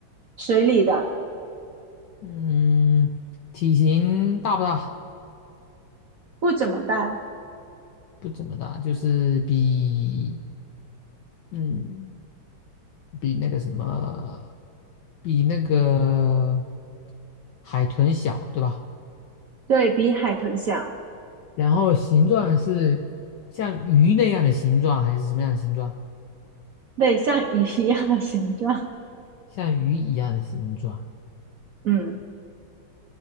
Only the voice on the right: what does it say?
水里的，
不怎么大，
对比海豚小，
对，像鱼一样的形状，
嗯，